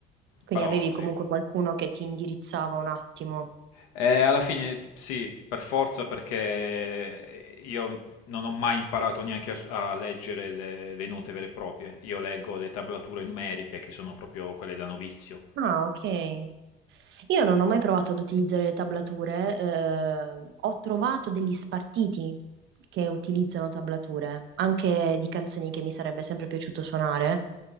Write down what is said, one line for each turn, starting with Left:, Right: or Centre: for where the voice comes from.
Right: Quindi
Left: Però
Right: avevi
Left: sì,
Right: comunque qualcuno che ti indirizzava un attimo.
Left: eh, alla fine sì, per forza, perché io non ho mai imparato neanche a, s- a leggere le, le note vere e proprie. Io leggo le tablature numeriche, che sono proprio quelle da novizio.
Right: Ah, ok. Io non ho mai provato ad utilizzare le tablature, eh, ho trovato degli spartiti che utilizzano tablature, anche di canzoni che mi sarebbe sempre piaciuto suonare,